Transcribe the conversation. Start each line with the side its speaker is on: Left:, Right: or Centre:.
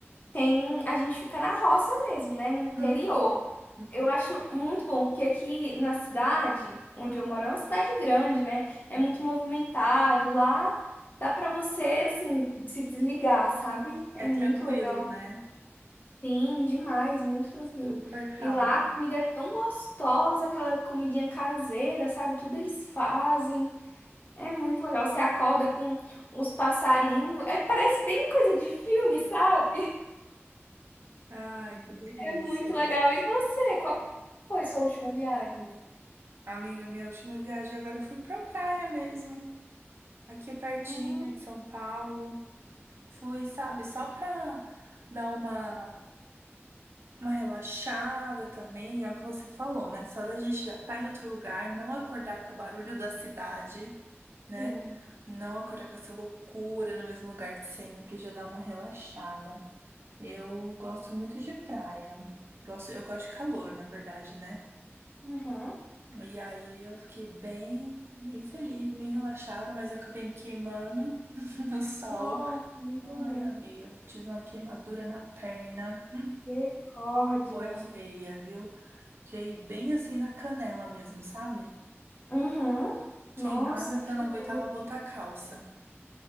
Left: tem a gente fica na roça mesmo, né? No interior.
Right: Uhum. Uhum.
Left: Eu acho muito bom, porque aqui na cidade onde eu moro é uma cidade grande, né? É
Right: <laughs>
Left: muito movimentado. Lá dá pra você, assim, se desligar, sabe? É
Right: É
Left: muito
Right: tranquilo,
Left: legal.
Right: né?
Left: Sim, demais, muito tranquilo.
Right: Super calmo.
Left: E lá a comida é tão gostosa, aquela comidinha caseira, sabe? Tudo eles fazem. É muito legal. Você acorda com uns passarinhos. É, parece bem coisa de filme, sabe?
Right: Ai, que delícia.
Left: É muito legal. E você, qual foi sua última viagem?
Right: Amiga, minha última viagem agora eu fui pra praia mesmo, aqui pertinho
Left: Hum,
Right: de São Paulo. Fui, sabe, só pra dar uma uma relaxada também, é o que você falou, né? Só da gente já estar em outro lugar, não acordar com o barulho da cidade, né?
Left: sim.
Right: Não acordar com essa loucura no mesmo lugar de sempre, já dá uma relaxada. Eu gosto muito de praia. Gosto, eu gosto de calor, na verdade, né?
Left: Uhum.
Right: E aí eu fiquei bem, bem feliz, bem relaxada, mas eu acabei me queimando <laughs> no sol.
Left: Nossa, muito
Right: Ai,
Left: ruim.
Right: amiga, tive uma queimadura na perna.
Left: Misericórdia.
Right: Foi feia, viu? Fiquei bem assim na canela mesmo, sabe?
Left: Uhum.
Right: Queimada
Left: Nossa,
Right: que
Left: que
Right: eu não
Left: horror.
Right: aguentava botar calça.